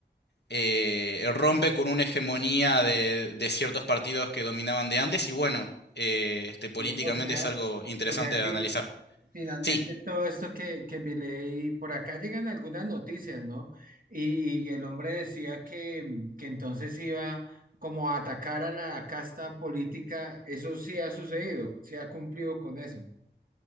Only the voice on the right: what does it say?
eh, O sea,
o sea
que
Finalmente,
todo esto que, que vi leí, por acá llegan algunas noticias, ¿no? Y, y el hombre decía que, mm, que entonces iba como a atacar a la casta política. Eso sí ha sucedido, sí ha cumplido con eso.